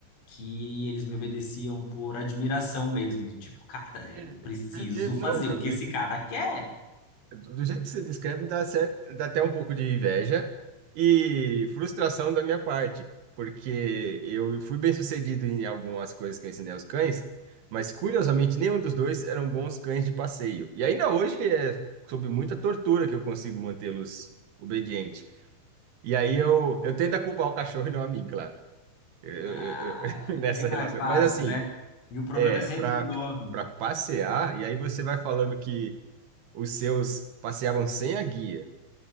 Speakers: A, on the left (about 75°); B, on the right (about 65°).
A: que eles me obedeciam por admiração mesmo, do tipo, cara,
B: É,
A: eu preciso
B: é, é, Não,
A: fazer
B: então,
A: o que esse cara quer.
B: Do jeito que você descreve, dá certo, dá até um pouco de inveja e frustração da minha parte, porque eu fui bem sucedido em algumas coisas que eu ensinei aos cães, mas curiosamente nenhum dos dois eram bons cães de passeio. E ainda hoje é sob muita tortura que eu consigo mantê-los obedientes. E aí eu, eu tento a culpar o cachorro e não a mim, claro, eu, eu-
A: Ah,
B: eu- <laughs>
A: é
B: nessa
A: bem mais
B: relação.
A: fácil,
B: Mas assim,
A: né? E o problema
B: é,
A: é sempre
B: para
A: do dono.
B: para passear, e aí você vai falando que os seus passeavam sem a guia.